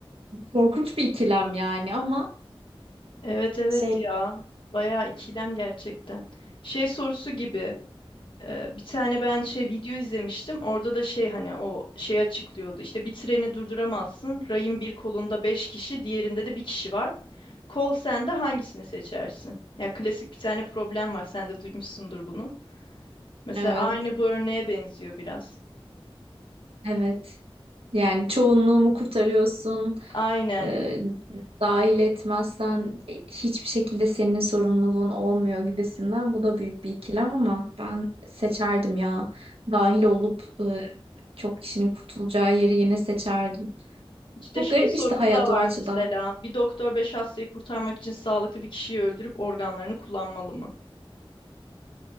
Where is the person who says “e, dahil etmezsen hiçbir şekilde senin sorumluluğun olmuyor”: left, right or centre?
Right